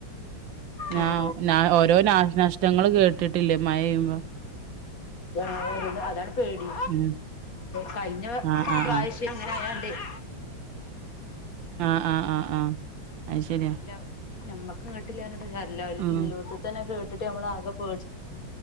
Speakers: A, on the right; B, on the left.
A: നാഹ്
B: ഉം
A: നാഹ് ഓരോ നാശനഷ്ടങ്ങള് കേട്ട്ട്ടില്ലേ മയ പെയ്യുബോ
B: ഓരോന്ന് അതാണ് പേടി
A: ഉം
B: കഴിഞ്ഞ
A: ആഹ് ആഹ്
B: പ്രാവിശ്യം
A: ആഹ്
B: ഇങ്ങനെ ആയാണ്ടേയ്
A: ആഹ് ആഹ് ആഹ് ആഹ് അത് ശരിയാ
B: അല്ല ഞമ്മക്ക് ഇങ്ങട്ട് ഇല്ലാർഞ്ഞിട്ടും കാര്യല്ല
A: ഉം
B: ഇല്ലേട്ത്തന്നെ കേട്ട്ട്ട് ഞമ്മളാകെ പേടിച്